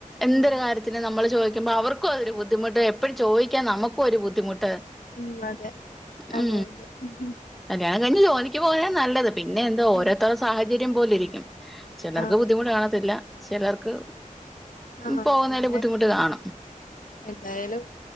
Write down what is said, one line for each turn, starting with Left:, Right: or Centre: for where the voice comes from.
Centre: എന്തൊരു
Left: ഉം
Centre: കാര്യത്തിന് നമ്മൾ ചോദിക്കുമ്പോ അവർക്ക് ഒരു ബുദ്ധിമുട്ട് എപ്പഴും ചോയി ക്കാൻ. നമുക്കും ഒരു ബുദ്ധിമുട്ട് അപ്പം
Left: ഉം അതെ അതെ
Centre: ഉ
Left: അതെ ഉം
Centre: കല്യാണം കഴിഞ് ജോലിക്ക് പോകാന നല്ലത് പിന്നെ എന്തോ ഓരോത്തരു
Left: ഉം
Centre: സാഹചര്യം പോലെ ഇരിക്കും ചിലർക്ക്
Left: ആഹ്
Centre: ബുദ്ധിമുട്ട്
Left: അതെ
Centre: കാണത്തില്ല ചിലർക്ക്
Left: ആ
Centre: പോകുന്നതില്
Left: പിന്നെ
Centre: ബുദ്ധിമുട്ട് കാണും
Left: എന്തായാലും